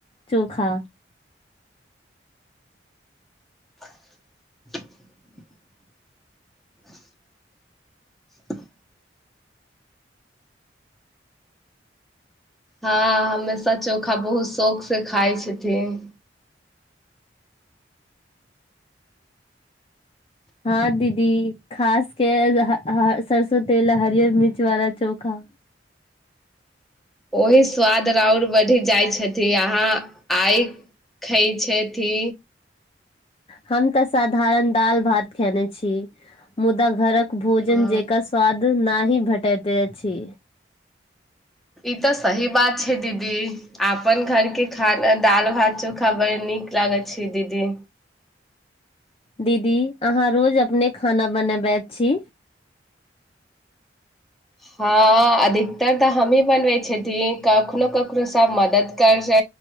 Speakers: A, on the left; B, in the centre.
A: चोखा।
B: <unintelligible> <unintelligible> <unintelligible> हँ हमेशा चोखा बहुत शौख से खााय छथिन।
A: हँ दीदी खासके सरसो तेल हरियर मिर्च वाला चोखा।
B: ओही स्वाद आओर बढ़ि जाइ छथि अहाँ आय खइ छथि।
A: हम तसाधारण दाल भात खेने छी मुदा घरक भोजन
B: हँ
A: जेकर स्वाद न ही भेटैते अछि।
B: ई त सही बात छे दीदी आपन घर के खाना दाल भात चोखा बरी नीक लागइ छे दीदी।
A: दीदी अहाँ रोज अपने खाना बनेबैत छी।
B: हँ अधिकतर तऽ हमही बनबै छथिन कखनो- कखनो सभ मदद करइ